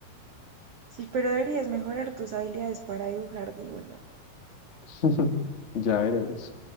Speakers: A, on the right (about 75°); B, on the left (about 65°).
A: sí, pero deberías mejorar tus habilidades para dibujar, digo yo.
B: <laughs> Ya veremos.